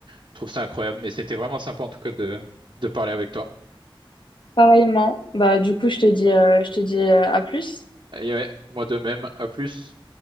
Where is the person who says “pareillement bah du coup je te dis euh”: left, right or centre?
Left